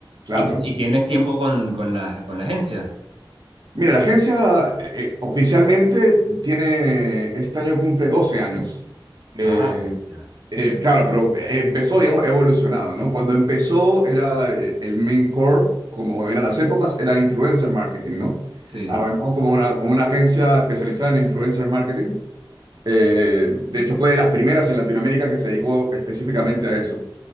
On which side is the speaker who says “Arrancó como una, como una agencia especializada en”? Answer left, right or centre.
Right